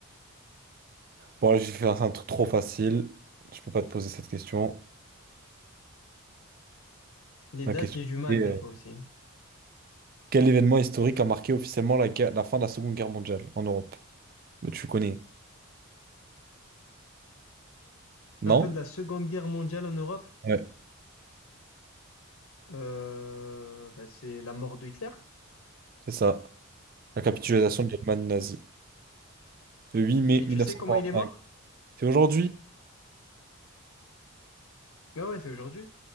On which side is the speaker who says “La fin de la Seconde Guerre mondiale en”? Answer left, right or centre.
Left